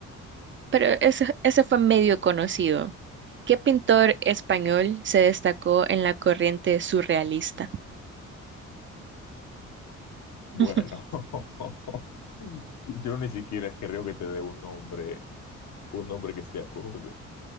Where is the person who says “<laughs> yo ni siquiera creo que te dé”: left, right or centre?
Left